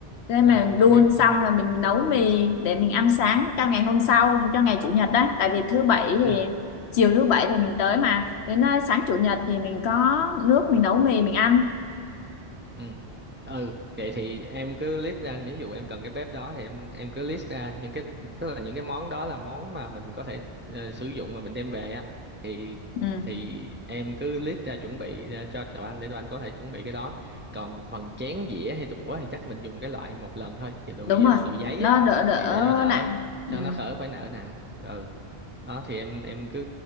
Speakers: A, on the left; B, on the right.
A: Nên
B: ừ
A: mình
B: anh
A: đun
B: biết anh
A: xong
B: biết
A: rồi mình nấu mì Để mình ăn sáng cho ngày hôm sau Cho ngày Chủ nhật đó Tại vì thứ bảy thì
B: ừ
A: chiều thứ bảy thì mình tới mà Đến à, sáng Chủ nhật thì mình có nước mình nấu mì mình ăn
B: ừ ừ vậy thì em cứ list ra ví dụ em cần cái bếp đó thì em em cứ list ra những cái tức là những cái món đó là món mà mình có thể ờ, sử dụng mà mình đem về á thì
A: Ừ.
B: thì em cứ list ra chuẩn bị ra cho tụi anh để tụi anh có thể chuẩn bị cái đó còn phần chén dĩa hay đũa thì chắc mình dùng cái loại một lần thôi Cái đồ
A: đúng
B: gi-
A: rồi
B: đồ giấy
A: nó
B: á
A: đỡ đỡ
B: thì để nó đỡ
A: nặng ừ.
B: cho nó khỏi phải nợ nặng ừ đó thì em em cứ